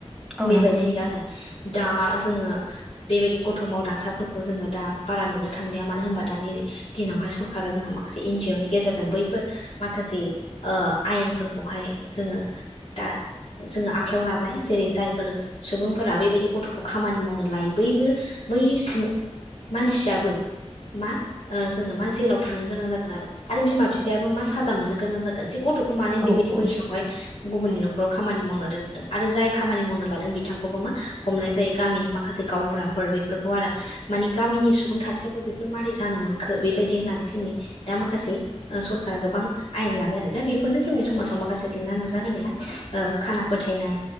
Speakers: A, in the centre; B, on the left.
A: औ
B: बेबायदि
A: नंगौ नोंथां
B: आरो दा जोङो बेबायदि गथ' मावदांसाफोर खौ जोङो बारा नुनो थांलिया मानो होमबा दानि दिनावहाय सरकारा जोंहा माखासे एन जि अ नि गेजेरजों बैफोर माखासे ओ आयेनफोरखौहाय जोङो दा जोङो आखायाव लाबाय जेरै जायफोर सुबुंफोरा बेबायदि गथ'खौ खामानि मावनो लायो बैबो बै सु मानसियाबो मा ओ जोङो मा जेलाव थांनो गोनां जागोन आरो बिमा-बिफायाबो मा साजा मोननो गोनां जागोन जे गथ' खौ मानो
A: औ
B: बेबायदि
A: औ
B: बैसोआवहाय गुबुननि न'खराव खामानि मावनो दोनहरदों आरो जाय खामानि मावनो लादों बिथांखौबो मा हमनाय जायो गामिनि माखासे गावबुराफोर बेफोरखौ आरो। मानि गामिनि सुबुं थासेयावबो बेफोर मारै जानो मोनखो बेबायदि होननानै जोनि दा माखासे ओ सरखारा गोबां आयेन लाबाय आरो दा बेफोरनो जोंनि समाजाव माखासे जेंना नुजा होनाया ओ खाना फोथायनाय